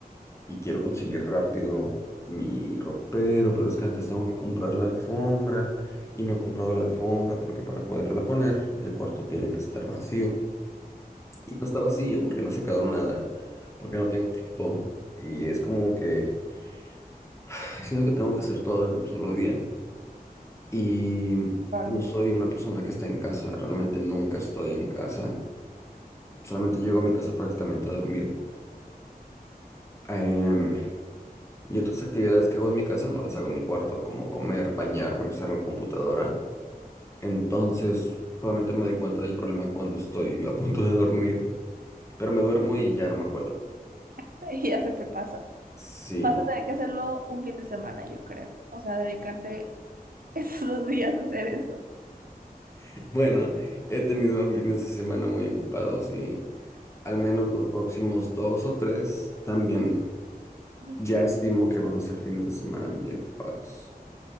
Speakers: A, on the left (about 15°); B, on the right (about 65°).
A: y quiero conseguir rápido mi ropero, pero es que antes tengo que comprar la alfombra y no he comprado la alfombra porque para poderla poner el cuarto tiene que estar vacío. Y no está vacío porque no he sacado nada, porque no tengo tiempo. Y es como que <sighs> siento que tengo que hacer todo en un solo día. Y
B: Probablemente
A: no soy
B: sí.
A: una persona que está en casa, realmente nunca estoy en casa, solamente llego a mi casa prácticamente a dormir. Em, y otras actividades que hago en mi casa no las hago en mi cuarto, como comer, bañarme, usar la computadora. Entonces, solamente me doy cuenta del problema cuando estoy a punto de dormir, pero me duermo y ya no me acuerdo.
B: <laughs> Y ya se te pasa.
A: Sí,
B: Vas a tener que hacerlo un fin de semana, yo creo. O sea, dedicarte <laughs> esos dos días a hacer eso.
A: <laughs> bueno, he tenido un fines de semana muy ocupados y al menos los próximos dos o tres también
B: Ok,
A: Ya estimo que van a ser fines de semana muy enfocados.